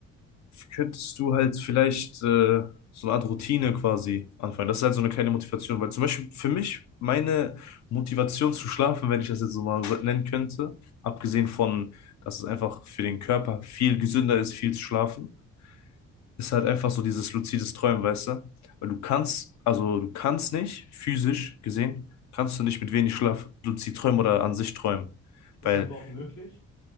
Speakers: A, on the left (about 65°); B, on the left (about 80°).
A: könntest du halt vielleicht äh, so eine Art Routine quasi anfangen. Das ist halt so eine kleine Motivation, weil zum Beispiel für mich meine Motivation zu schlafen, wenn ich das jetzt so mal so nennen könnte, abgesehen von, dass es einfach für den Körper viel gesünder ist, viel zu schlafen, ist halt einfach so dieses luzides Träumen, weißt du? Weil du kannst, also du kannst nicht, physisch gesehen, kannst du nicht mit wenig Schlaf luzid träumen oder an sich träumen,
B: Ist
A: weil
B: es überhaupt möglich?